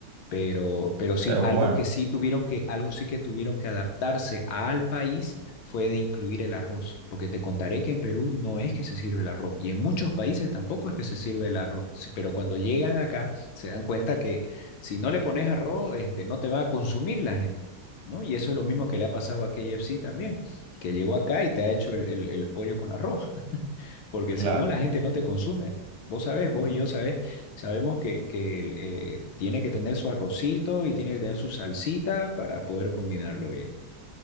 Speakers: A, on the left (about 70°); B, on the right (about 85°).
A: pero, pero sí,
B: Pero
A: algo
B: bueno,
A: que sí tuvieron que, algo sí que tuvieron que adaptarse al país fue de incluir el arroz, porque te contaré que en Perú no es que se sirve el arroz y en muchos países tampoco es que se sirve el arroz, Sí, pero cuando llegan acá se dan cuenta que si no le pones arroz, este, no te va a consumir la gente, ¿no? Y eso es lo mismo que le ha pasado a KFC también, que llegó acá y te ha hecho el, el el pollo con arroz, <laughs> porque
B: claro,
A: si no la gente no te consume. Vos sabés, vos y yo sabés Sabemos que, que eh, tiene que tener su arrocito y tiene que tener su salsita para poder combinarlo bien.